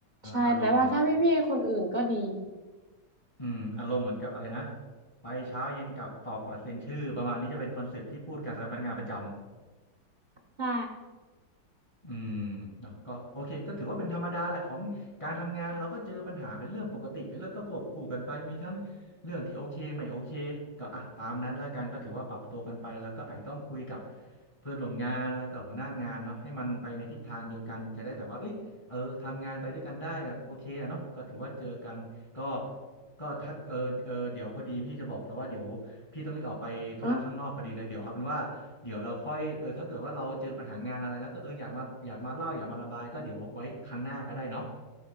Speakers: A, on the right; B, on the left.
A: ใช่แต่ว่าถ้าพี่ๆคนอื่นก็ดี
B: อารมณ์เหมือนอืมอารมณ์เหมือนกับอะไรนะ ไปเช้าเย็นกลับตอกบัตรเซ็นชื่อ ประมาณนี้จะเป็นคอนเซ็ปต์ที่พูดกันสำหรับพนักงานประจำ
A: ใช่
B: อืมเนาะก็โอเคก็ถือว่าเป็นธรรมดาแหละของการทำงานเราก็เจอปัญหาเป็นเรื่องปกติไปแล้วก็ควบคู่กันไปมีทั้งเรื่องที่โอเคไม่โอเคก็อ่ะตามนั้นละกันก็ถือว่าปรับตัวกันไปแล้วก็ไอต้องคุยกับเพื่อนร่วมงานแล้วก็หัวหน้างานเนาะให้มันไปในทิศทางเดียวกันจะได้แบบว่าเอ้ยเออทำงานไปด้วยกันได้แบบโอเคอะเนาะก็ถือว่าเจอกันก็ก็ทักเออเออเดี๋ยวพอดีพี่จะบอกแล้วว่าเดี๋ยวพี่ต้องรีบออกไปธุระข้างนอกพอดีเลยเดี๋ยวเอาเป็นว่า
A: เนาะ
B: เดี๋ยวเราค่อยเออถ้าเกิดว่าเราเจอปัญหางานอะไรแล้วก็เอออยากมาอยากมาเล่าอยากมาระบายก็เดี๋ยวไว้ครั้งหน้าก็ได้เนาะ